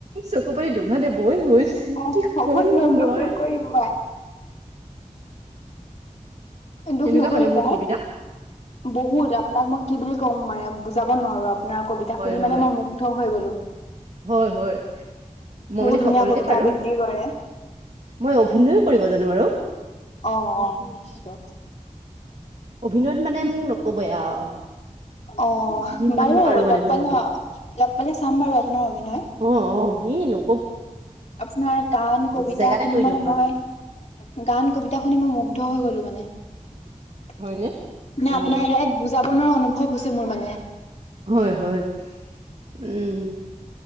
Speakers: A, on the right; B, on the left.
A: চকু পানী দুগালে বৈ বৈ হৈছে
B: অ
A: কি
B: হ'ব
A: কৰিম
B: দিয়ক
A: মই।
B: দুখ নকৰিব আই দুখ
A: তেনেকুৱা
B: নকৰিব
A: মানে মোৰ
B: আই।
A: কবিতা
B: বহুত আপোনাক মই কি বুলি ক'ম মানে বুজাব নোৱাৰো আ আপোনাৰ কবিতা
A: হয়
B: শুনি মানে
A: হয়
B: মই মুগ্ধ হৈ গ'লো।
A: হয় -হয়। মই
B: বহুত
A: মানে
B: ধুনীয়া
A: সকলোতে
B: কবিতা
A: পাৰো
B: আবৃত্তি কৰে
A: মই অভিনয়ো কৰিব জানো আৰু।
B: অহ - অহ সেইটো।
A: অভিনয়ত মানে মোক নকবই আও।
B: অহ
A: যিমান
B: বাৰু
A: পাৰো মানে
B: লগ
A: মই
B: পালে -লগ পালে চাম বাৰু আপোনাৰ অভিনয়।
A: অহ - অহ সেনো
B: আপোনাৰ গান কবিতা
A: জেগাতে
B: শুনি
A: কৰি
B: মানে
A: দিব পাৰো
B: মই গান কবিতা শুনি মই মুগ্ধ হৈ গলো মানে। মানে
A: হয়নে অ
B: আপোনাৰ এক বুজাব নোৱাৰা অনুভৱ হৈছে মোৰ মানে।
A: হয় -হয় উম।